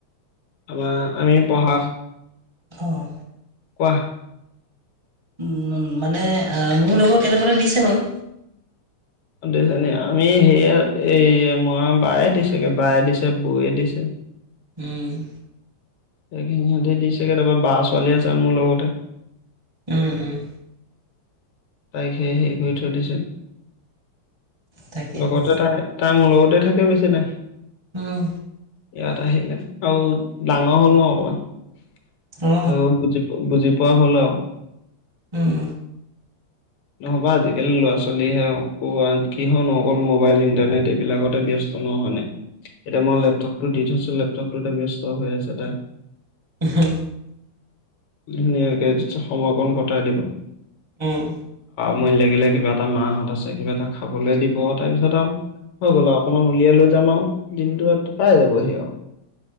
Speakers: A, on the left; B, on the right.
A: আমাৰ আমি পঢ়া।
B: অঁ
A: কোৱা।
B: উম, মানে মোৰ লগতকেইটামানে দিছে বাৰু।
A: সুদিছে নি আমি সেয়া এই ম বায়ে দিছে গে বায়ে দিছে বৌৱে দিছে।
B: উম।
A: সিনি সিহঁতে দিছেগে তাৰাবা বা ছোৱালী আছে মোৰ লগতে।
B: উম উম
A: তাইক সেয়ে সেই কৰি থৈ দিছিল
B: তাকেহে
A: লগতে তাই তাই ম লগ লগত তে থাকে বেছি ন।
B: উম
A: ইয়াত আহিলে আৰু ডাঙৰ হ'ল ন অকমান
B: অ
A: বুজি বুজি পোৱা হ'লেও।
B: উম
A: নহবা আজিকালি ল'ৰা ছোৱালীহে কিহৰ ন অকল মোবাইল ইন্টাৰনেট এইবিলাকতে স নহ ন এতিয়া মই লেপটপ দি থৈছো লপ তপটোতে ব্যস্ত হৈ আছে তাই
B: উ
A: ধুনীয়াকে সময় কণ কটাই দিব।
B: উম।
A: মই লাগিলে কিবা এটা মাহঁত আছে কিবা এটা খাবলৈ দিব তাৰপিছত আৰু। হৈ গল আৰু অকমান উলিয়াই লৈ যাম আৰু দিনটো পাই যাবহি আৰু